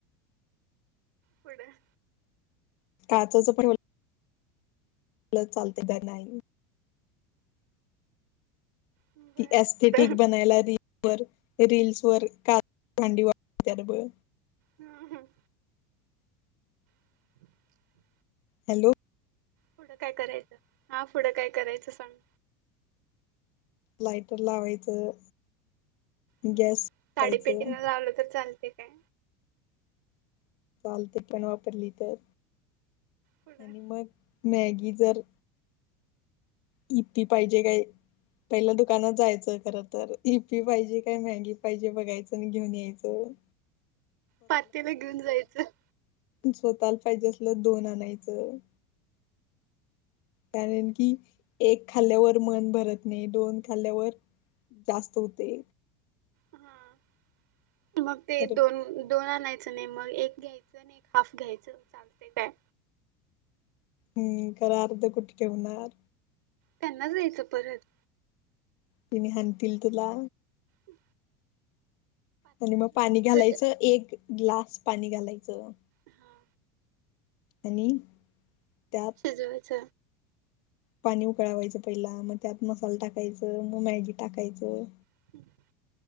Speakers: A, on the right; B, on the left.
A: पुढं.
B: काचेचं पण आपलं चालत काय नाही.
A: बर
B: ती एस्थेटिक
A: पुढं
B: बनायला रील व रिल्सवर का भांडी वापरत्यात बघ.
A: हम्म हम्म. <inaudible>
B: हॅलो
A: पुढं काय करायचं? हा पुढं काय करायचं सांग?
B: लाईटर लावायचं
A: हम्म,
B: गॅस वापरायचं
A: काडी पेटीन लावलं तर चालते काय?
B: चालते पण वापरली तर
A: पुढं
B: आणि मग मॅगी जर. यिप्पी पाहिजे काय? पहिला दुकानात जायचं खर तर, यूप्पी पाहिजे काय मॅगी पाहिजे बघायचं आणि घेऊन यायचं.
A: पातेलं घेऊन जायचं.
B: स्वतःला पाहिजे असेल तर दोन आणायचं. कारण की एक खाल्ल्यावर मन भरत नाही, दोन खाल्ल्यावर जास्त होते.
A: हा मग ते
B: तर
A: दोन दोन आणायचं नाही, मग एक घ्यायचं आणि एक हाफ घ्यायचं चालते काय?
B: हम्म खरं अर्ध कुठे ठेवणार?
A: त्यांनाच यायचं परत.
B: तिने हाणतील तिला.
A: हो.
B: आणि मग पाणी घालायचं
A: काय
B: एक. ग्लास पाणी घालायचं
A: हा
B: आणि त्या
A: भिजवायच.
B: पाणी उकळावायचं पहिला, मग त्यात मसाला टाकायचं मग मॅगी टाकायचं.
A: ठीकये.